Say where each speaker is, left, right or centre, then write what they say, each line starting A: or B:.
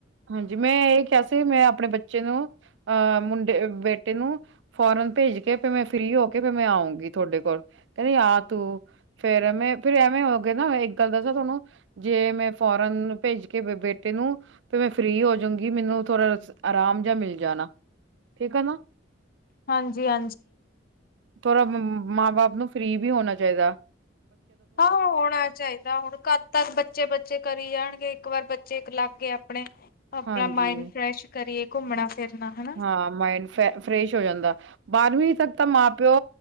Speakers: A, on the right; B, on the left.
A: ਹਾਂਜੀ ਮੈਂ ਏ ਕਿਹਾ ਸੀ ਮੈਂ ਆਪਣੇ ਬੱਚੇ ਨੂ ਅਹ ਮੁੰਡੇ ਬੇਟੇ ਨੂੰ ਫੋਰਨ ਭੇਜ ਕੇ ਤੇ ਮੈਂ ਫ੍ਰੀ ਹੋ ਕੇ ਮੈਂ ਆਊਂਗੀ ਤੁਆਡੇ ਕੋਲ। ਕੇਂਦੀ ਆ ਤੂੰ। ਫੇਰ ਮੈਂ ਫੇਰ ਐਵੇਂ ਹੋਗੇ ਨਾ ਇੱਕ ਗੱਲ ਦੱਸਾਂ ਤੁਆਨੂੰ ਜੇ ਮੈਂ ਫੋਨ ਕਰਨ ਨੂੰ ਭੇਜ ਕੇ ਬੇਟੇ ਨੂੰ ਤੇ ਮੈਂ ਫ੍ਰੀ ਹੋ ਜਊਂਗੀ ਮੈਨੂੰ ਥੋਰਾ ਆਰਾਮ ਜਿਆ ਮਿਲ ਜਾਣਾ। ਠੀਕ ਆ ਨਾ।
B: ਹਾਂਜੀ <unintelligible>
A: ਥੋਰਾ ਮਾਂ ਬਾਪ ਨੂੰ ਫ੍ਰੀ ਵੀ ਹੋਣਾ ਚਾਈਦਾ।
B: ਹਾਂ ਹੋਣਾ ਚਾਈਦਾ। ਹੁਣ ਕਦ ਤੱਕ ਬੱਚੇ-ਬੱਚੇ ਕਰੀ ਜਾਣਗੇ। ਇੱਕ ਵਾਰ ਬੱਚੇਕ ਲਗ ਗੇ ਆਪਣੇ ਆਪਣਾ
A: ਹਾਂਜੀ
B: ਮਾਇੰਡ ਫਰੈਸ਼ ਕਰੀਏ ਘੁੰਮਣਾ- ਫਿਰਨਾ ਹਨਾ।
A: ਹਾਂ ਮਾਇੰਡ ਫ ਫਰੈਸ਼ ਹੋ ਜਾਂਦਾ ਬਾਰਵੀਂ ਤੱਕ ਤਾਂ ਮਾਂ ਪਿਓ